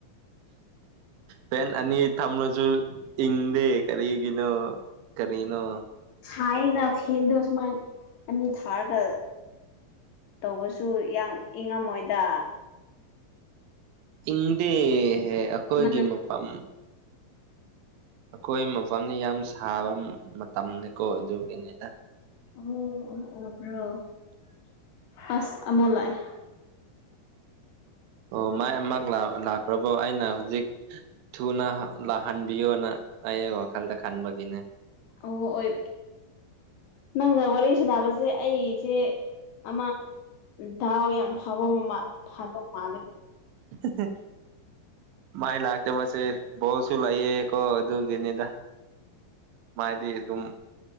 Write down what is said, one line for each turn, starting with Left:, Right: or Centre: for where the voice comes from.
Left: <inaudible>
Right: ꯐꯦꯟ ꯑꯅꯤ ꯊꯝꯂꯁꯨ ꯏꯪꯗꯦ ꯀꯔꯤꯒꯤꯅꯣ ꯀꯔꯤꯅꯣ
Left: ꯁꯥꯏꯅ ꯐꯦꯟꯗꯣ ꯁꯨꯃꯥꯏ ꯑꯅꯤ ꯊꯥꯔꯒꯥ ꯇꯧꯕꯁꯨ ꯌꯥꯝ ꯏꯪꯉꯝꯃꯣꯏꯗ
Right: ꯏꯪꯗꯦꯍꯦ ꯑꯩꯈꯣꯏꯒꯤ
Left: ꯃꯅꯝ
Right: ꯃꯐꯝ ꯑꯩꯈꯣꯏ ꯃꯐꯝꯅꯤ ꯌꯥꯝ ꯁꯥꯕ ꯃꯇꯝꯅꯤꯀꯣ ꯑꯗꯨꯒꯤꯅꯤꯗ
Left: ꯑꯣ <unintelligible> ꯍꯁ ꯑꯃꯣ ꯂꯥꯛꯑꯦ
Right: ꯑꯣ ꯃꯩ ꯑꯃ ꯑꯃꯣꯛ ꯂꯥꯛꯈ꯭ꯔꯕꯣ ꯑꯩꯅ ꯍꯧꯖꯤꯛ ꯊꯨꯅ ꯂꯥꯛꯍꯟꯕꯤꯌꯣꯅ ꯑꯩ ꯋꯥꯈꯜꯗ ꯈꯟꯕꯒꯤꯅꯦ
Left: ꯑꯣ ꯑꯣꯏ ꯅꯪꯒ ꯋꯥꯔꯤ ꯁꯥꯟꯅꯕꯁꯦ ꯑꯩ ꯏꯆꯦ ꯑꯃ ꯗꯥꯀꯥꯇ ꯌꯥꯝ ꯐꯥꯕ ꯐꯗꯩ ꯃꯥꯜꯂꯦ
Right: <unintelligible> ꯃꯥꯥꯏ ꯂꯥꯛꯇꯕꯁꯦ ꯕꯣꯜꯁꯨ ꯂꯩꯌꯦ ꯀꯣ ꯑꯗꯨ ꯒꯤꯅꯤꯗ ꯃꯥꯥꯏꯗꯤ ꯑꯗꯨꯝ